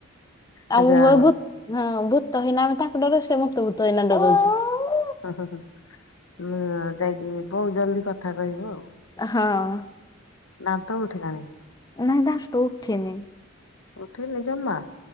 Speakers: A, on the left; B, on the left.
A: ଆ
B: ଆମ
A: ଯାହା
B: ବୋହୁତ
A: ହଉ
B: ହଁ ବୋହୁତ ଭୂତ ହେଇନା ଆମେ ତାଙ୍କୁ ଡରୋଉ ସେ ମୋତେ ଭୂତହେଇନା ଡରୋଉଚି
A: ହୁଁ ହୁଁ ହୁଁଁ ଯାଇକି ବହୁତ ଜଲଦି କଥା କହିବ ଆଉ।
B: ହଁ।
A: ଦାନ୍ତ ଉଠିଲାଣି?
B: ନାଇଁ ଦାନ୍ତ ଉଠିନି
A: ଉଠେନି ଜମା?